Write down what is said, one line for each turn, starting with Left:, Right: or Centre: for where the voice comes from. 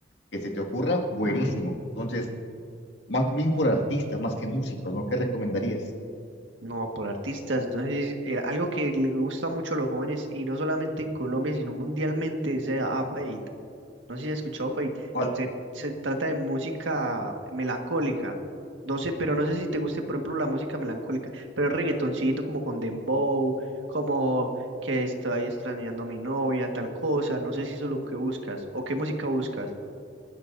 Left: que se te ocurra, buenísimo. Entonces, más bien por artistas, más que músicos, ¿no? ¿Qué recomendarías?
Right: No, por artistas. Entonces, eh, algo que le gusta mucho a los jóvenes, y no solamente en Colombia, sino mundialmente, es eh, a Fate. No sé si has escuchado Fate.
Left: ¿Cuál?
Right: Se, se trata de música melancólica. No sé, pero no sé si te guste, por ejemplo, la música melancólica, pero es reggaetoncito como con dembow, como que estoy extrañando a mi novia, tal cosa. No sé si eso es lo que buscas o qué música buscas.